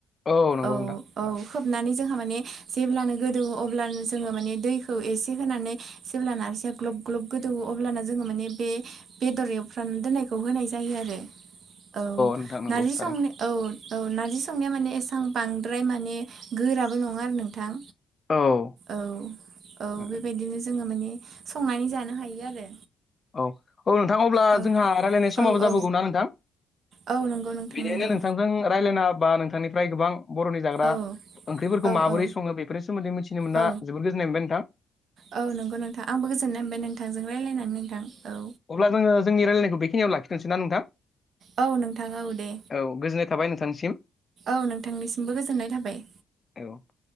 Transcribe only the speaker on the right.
औ-औ
खोबनानै जोंहा माने जेब्लानो गोदो अब्लानो जोङो माने दैखौ एसे होनानै जेबब्ला नारजिया ग्लब ग्लब गोदौवो अब्ला जोङो माने बे बेदर एवफ्राम दोननायखौ होनाय जायो आरो औ
नारजि
सं औ-औ नारजि संनाया माने एसां बांद्राय माने गोराबो नङा आरो नोंथां
औ-औ
बेबायदिनो
जोङो माने संनानै जानो हायो आरो
औ
औ औ
औ नंगौ नोंथां
नंगौ
औ
औ
औ
औ
औ नंगौ नोंथां आंबो गोजोननाय होनबाय नोंथांजों रायज्लायनानै नोंथां औ
औ नोंथां औ दे
औ नोंथांनिसिमबो गोजोननाय थाबाय